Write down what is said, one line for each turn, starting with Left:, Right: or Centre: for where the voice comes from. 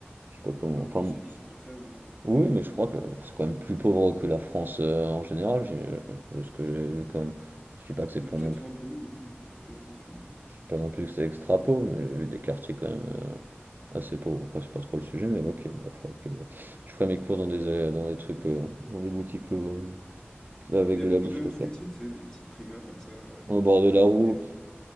Right: je sais pas comment.
Left: Bah après,
Right: Enfin, bon.
Left: c'est une île française, hein.
Right: oui, mais je crois que c'est quand même plus pauvre que la France euh, en général, j'ai- euh, de ce que j'ai vu quand même. Je dis pas que c'est
Left: Peut-être
Right: pour non
Left: un peu, oui, j'ai pas fait attention.
Right: Je dis pas non plus que c'est extra pauvre, mais j'ai vu des quartiers quand même euh, assez pauvres. Après, c'est pas trop le sujet, mais ok, bah, faudrait que je ferai mes courses dans des, euh, dans des trucs, euh, dans des boutiques lo- euh, avec
Left: Mais il y
Right: de
Left: a beaucoup
Right: la bouffe
Left: de
Right: locale.
Left: fruitiers, tu sais, des petits primeurs comme ça. euh, où
Right: Au bord de
Left: tu
Right: la
Left: veux prendre
Right: route.
Left: des